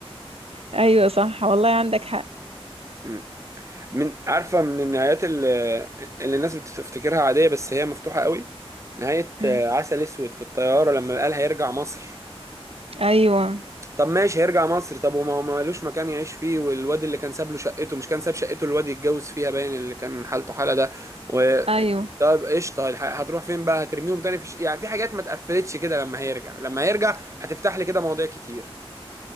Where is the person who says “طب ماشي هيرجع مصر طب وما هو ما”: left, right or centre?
Right